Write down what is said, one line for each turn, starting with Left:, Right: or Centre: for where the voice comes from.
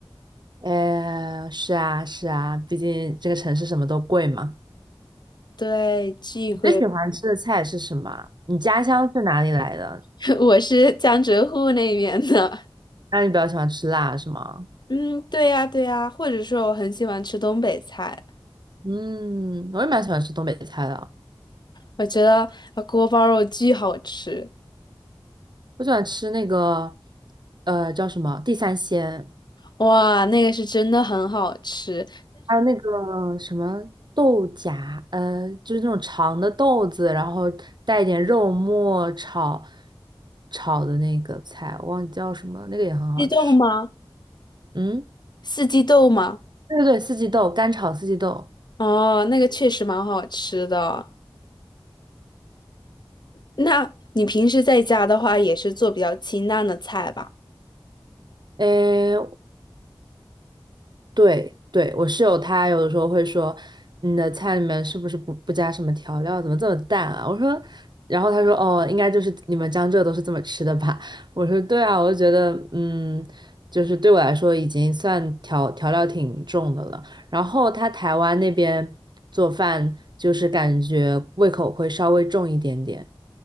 Right: 哎，是啊，是啊，毕竟这个城市什么都贵嘛。
Left: 对，聚会，
Right: 最喜欢吃的菜是什么啊你家乡是哪里来的？
Left: <laughs> 我是江浙沪那边的。
Right: 那你比较喜欢吃辣是吗？
Left: 嗯，对呀，对呀。或者说，我很喜欢吃东北菜，
Right: 嗯，我也蛮喜欢吃东北菜的。
Left: 我觉得呃锅包肉巨好吃。
Right: 我喜欢吃那个，呃，叫什么地三鲜，
Left: 哇，那个是真的很好吃。
Right: 还有那个什么豆荚，呃，就是那种长的豆子，然后带一点肉末炒炒的那个菜，我忘记叫什么了，那个也很好吃。
Left: 鸡豆吗？
Right: 嗯，
Left: 四季豆吗？
Right: 对对对，四季豆，干炒四季豆。
Left: 哦，那个确实蛮好吃的。那你平时在家的话，也是做比较清淡的菜吧？
Right: 诶，对对，我室友他有的时候会说，你的菜里面是不是不不加什么调料，怎么这么淡啊？我说，然后他说，哦，应该就是你们江浙都是这么吃的吧？<laughs> 我说，对啊，我就觉得，嗯，就是对我来说已经算调调料挺重的了。然后他台湾那边做饭，就是感觉胃口会稍微重一点点，